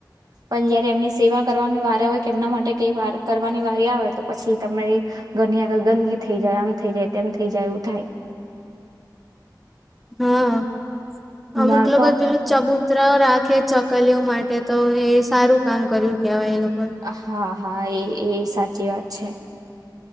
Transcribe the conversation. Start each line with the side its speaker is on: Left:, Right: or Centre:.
Right: પણ જયારે એમની સેવા કરવાની વાર હોય કે એમના માટે કઈ વાર કરવાની વારી આવે તો પછી તમારી ઘરની આગળ ગંદી થઈ જાય આમ થઈ જાય તેમ થઈ જાય એવું થાય.
Centre: હા. અમુક
Right: મારે
Centre: લોકો
Right: તો
Centre: પેલો ચબૂતરા રાખે ચક કલીઓ માટે તો એ સારું કામ કર્યું કહેવાય એ લોકો.
Right: અ હા. હા એ એ સાચી વાત છે.